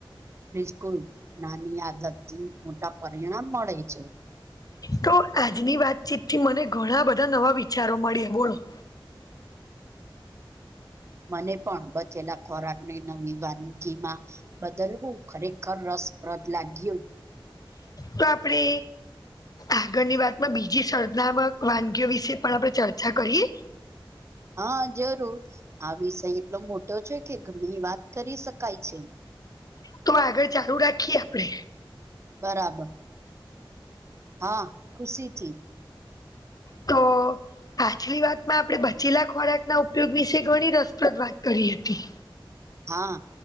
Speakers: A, on the right; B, on the left.
A: બિલકુલ નાની આદત થી મોટા પરિણામ મળે છે.
B: તો આજની વાતચીત થી મને ઘણા બધા નવા વિચારો મળ્યા બોલો
A: મને પણ બચેલા ખોરાક ને નવી વાનગી માં બદલવું ખરેખર રસપ્રદ લાગ્યું.
B: તો આપડે આગળની વાતમાં બીજી સર્જનાત્મક વાનગીઓ વિશે પણ આપણે ચર્ચા કરીએ.
A: હા જરૂર આ વિષય એટલો મોટો છે કે ઘણી વાત કરી શકાય છે.
B: તો આગળ ચાલુ રાખીએ આપડે
A: બરાબર હા ખુશી થી.
B: તો પાછલી વાતમાં આપણે બચેલા ખોરાકના ઉપયોગ વિશે ઘણી રસપ્રદ વાત કરી હતી.
A: હા